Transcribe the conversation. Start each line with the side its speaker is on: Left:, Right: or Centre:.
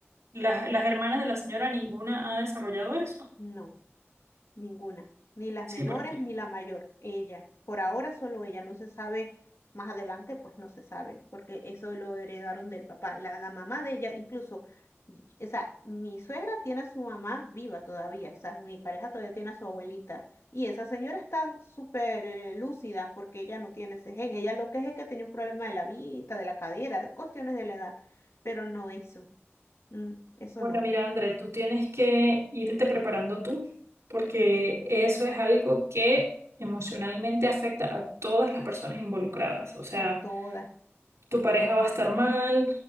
Right: Las, las hermanas de la señora ninguna ha desarrollado eso.
Left: no. Ninguna, ni las
Right: Sí,
Left: menores
Right: porque
Left: ni la mayor, ella. Por ahora solo ella, no se sabe, más adelante pues no se sabe, porque eso lo heredaron del papá. La, la mamá de ella, incluso, y- o sea, mi suegra tiene a su mamá viva todavía, o sea, mi pareja todavía tiene a su abuelita. Y esa señora está súper eh, lúcida porque ella no tiene ese gen. Ella lo que es es que tiene un problema de la vista, de la cadera, cuestiones de la edad, pero no eso, Mm, eso
Right: Bueno,
Left: no.
Right: mira, André, tú tienes que irte preparando tú, porque
Left: Ujú.
Right: eso es algo que emocionalmente afecta a todas las personas involucradas. O sea,
Left: A todas,
Right: tu pareja va a estar mal,